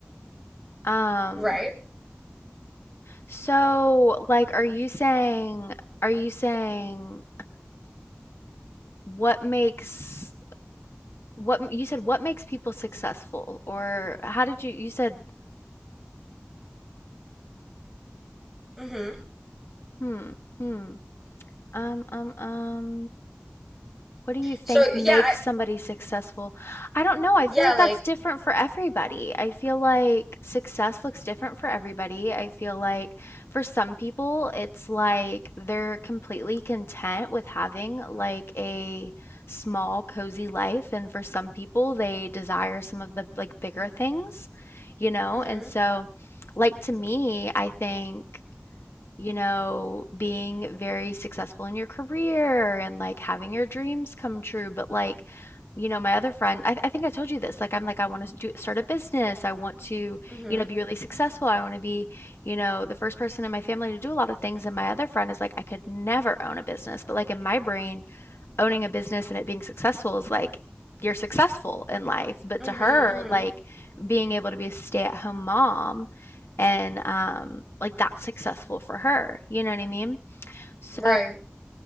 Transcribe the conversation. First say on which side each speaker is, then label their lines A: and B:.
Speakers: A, on the left; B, in the centre.
A: Um,
B: Right?
A: so like are you saying are you saying what makes what you said what makes people successful or how did you you said
B: Mm-hmm.
A: hmm hmm um um um What do you think
B: So
A: makes
B: yeah,
A: somebody successful? I don't know. I
B: Yeah,
A: feel like
B: like,
A: that's different for everybody. I feel like success looks different for everybody. I feel like for some people, it's like they're completely content with having like a small, cozy life. And for some people, they desire some of the like bigger things, you know?
B: mm
A: And so, like to me, I think you know, being very successful in your career and like having your dreams come true. But like, you know, my other friend, I, I think I told you this. Like, I'm like, I want to do start a business. I want to,
B: mhm, mm
A: you know,
B: mhm,
A: be really successful. I want to be, you know, the first person in my family to do a lot of things. And my other friend is like, I could never own a business. But like in my brain, owning a business and it being successful is like you're successful in life. But
B: mm
A: to
B: mhm,
A: her,
B: mhm.
A: like being able to be a stay-at-home mom and um like that's successful for her. You know what I mean? So
B: Right,